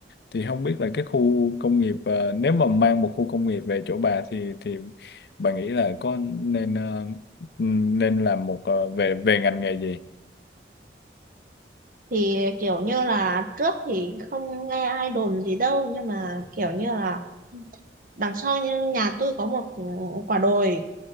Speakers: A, on the left (about 60°); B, on the right (about 45°).
A: thì không biết là cái khu công nghiệp ờ, nếu mà mang một khu công nghiệp về chỗ bà thì thì bà nghĩ là có nên ờ, nên làm một ờ, về về ngành nghề gì
B: thì kiểu như là trước thì không nghe ai đồn gì đâu nhưng mà kiểu như là đằng sau như nhà tôi có một ừ, quả đồi